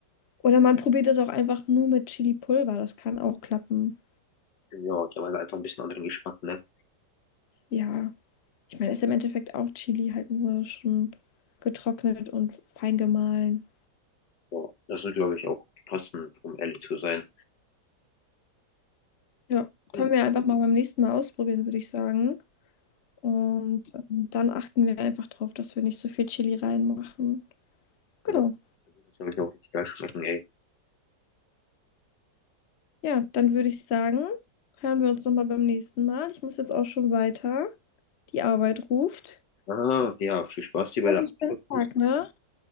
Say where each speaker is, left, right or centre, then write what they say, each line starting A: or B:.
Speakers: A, on the left; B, on the left.
A: Oder man probiert es auch einfach nur mit Chili-Pulver. Das kann auch klappen.
B: ja, die haben halt einfach ein bisschen anderen Geschmack, ne?
A: Ja, ich meine, ist im Endeffekt auch Chili, halt nur schon getrocknet und fein gemahlen.
B: Ja, das ist, glaube ich, auch passend, um ehrlich zu sein.
A: Ja,
B: Ja,
A: können wir einfach mal beim nächsten Mal ausprobieren, würde ich sagen. Und ähm, dann achten wir einfach darauf, dass wir nicht so viel Chili reinmachen. Genau.
B: das wird, glaube ich, auch richtig geil schmecken, ey.
A: Ja, dann würde ich sagen, hören wir uns nochmal beim nächsten Mal. Ich muss jetzt auch schon weiter. Die Arbeit ruft.
B: Ah, ja, viel Spaß dir bei
A: Noch
B: der
A: einen
B: Abschluss.
A: schönen Tag, ne?